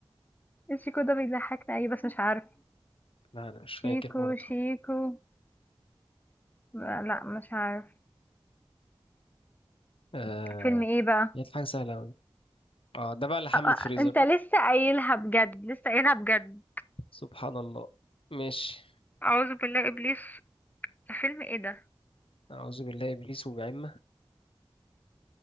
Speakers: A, on the left (about 15°); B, on the left (about 65°).
A: شيكو ده بيضحكني ايه بس مش عارف
B: لا انا مش فاكر
A: شيكو
B: برضه
A: شيكو لا مش عارف
B: آه
A: فيلم ايه بقى
B: جت حاجه سهله قوي اه ده بقى اللي حمله
A: أ- أ-
B: فريزر
A: انت لسه قايلها بجد لسه قايلها بجد
B: سبحان الله ماشي
A: اعوذ بالله ابليس فيلم ايه ده
B: اعوذ بالله ابليس وبعمه